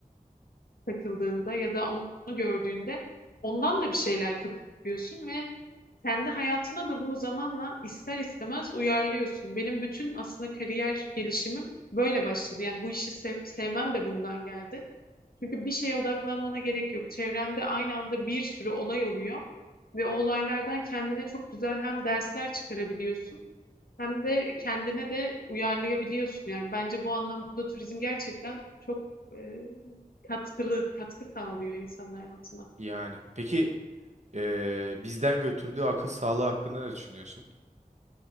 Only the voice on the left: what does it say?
takıldığında ya da onu gördüğünde ondan da bir şeyler kapıyorsun ve kendi hayatına da bunu zamanla ister istemez uyarlıyorsun. Benim bütün aslında kariyer gelişimim böyle başladı. Yani bu işi sev- sevmem de bundan geldi. Çünkü bir şeye odaklanmana gerek yok. Çevrende aynı anda bir sürü olay oluyor ve o olaylardan kendine çok güzel hem dersler çıkarabiliyorsun hem de kendine de uyarlayabiliyorsun. Yani bence bu anlamda turizm gerçekten çok e, katkılı, katkı sağlıyor insanın hayatına.